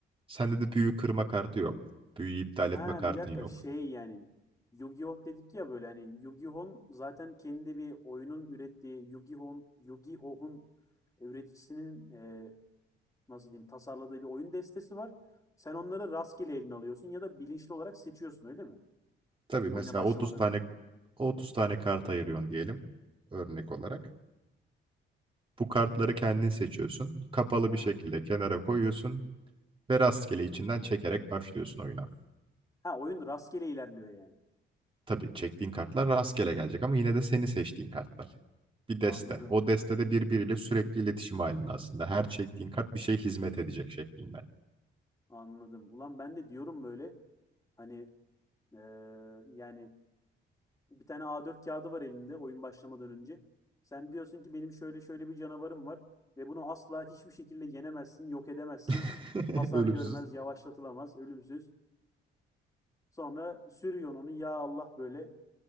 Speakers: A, on the right; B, on the left.
A: Sende de büyü kırma kartı yok. Büyüyü iptal etme
B: Ha
A: kartın
B: bir dakika
A: yok.
B: şey yani Yu-Gi-Oh dedik ya böyle hani Yu-Gi-Oh'un zaten kendi bir oyunun ürettiği Yu-Gi-Oh'un Yu-Gi-Oh'un e, üreticisinin e, nasıl diyeyim tasarladığı bir oyun destesi var. Sen onları rastgele eline alıyorsun ya da bilinçli olarak seçiyorsun öyle mi?
A: Tabii mesela
B: Oyuna başlamadan
A: 30 tane
B: önce.
A: 30 tane kart ayırıyorsun diyelim örnek olarak. Bu kartları kendin seçiyorsun. Kapalı
B: Aha.
A: bir şekilde kenara koyuyorsun ve rastgele içinden çekerek başlıyorsun oyuna.
B: Ha oyun rastgele ilerliyor yani.
A: Tabii çektiğin kartlar rastgele gelecek ama yine de seni seçtiğin kartlar. Bir deste.
B: Anladım.
A: O destede birbiriyle sürekli iletişim halinde aslında. Her çektiğin kart bir şey hizmet edecek şeklinde.
B: Anladım. Ulan ben de diyorum böyle hani eee, yani bir tane A4 kağıdı var elinde oyun başlamadan önce. Sen diyorsun ki benim şöyle şöyle bir canavarım var ve bunu asla hiçbir şekilde yenemezsin, yok edemezsin.
A: <laughs>
B: Hasar
A: Ölümsüz.
B: görmez, yavaşlatılamaz, ölümsüz. Sonra sürüyorsun onu ya Allah böyle